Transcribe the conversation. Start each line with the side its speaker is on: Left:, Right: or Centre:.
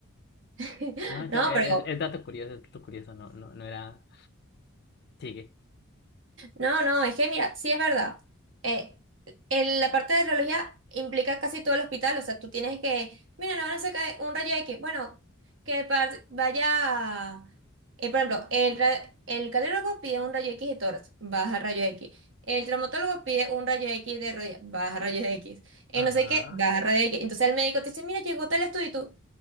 Right: <laughs>
Left: No,
Right: No,
Left: yo- es,
Right: pero
Left: es- es dato curioso, es dato curioso, no, no, no era. Sigue.
Right: No, no, es que mira, sí es verdad. Eh, el- la parte de radiología implica casi todo el hospital, o sea, tú tienes que, mira, no van a sacar un rayo X, bueno, que par- vaya, eh, por ejemplo, el, ra- el cardiólogo pide un rayo X de tórax, baja rayo X. El traumatólogo pide un rayo X de rodilla, baja rayo X. Eh,
Left: Ajá.
Right: no sé qué, baja rayo X. Entonces el médico te dice, mira, llegó tal estudio